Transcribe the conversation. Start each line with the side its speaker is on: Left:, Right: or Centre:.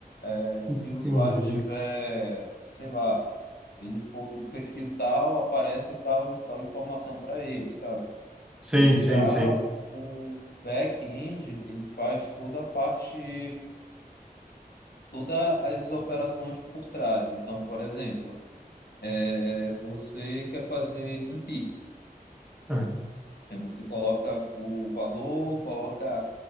Left: é, se
Centre: entendi.
Left: o usuário tiver, sei lá, ele for do perfil tal, aparece tal, tal informação para ele, sabe?
Centre: Sim,
Left: E já
Centre: sim, sim.
Left: o back-end, ele faz toda a parte, todas as operações por trás. Então, por exemplo, é, você quer fazer um Pix.
Centre: Ah,
Left: É, você coloca o valor, coloca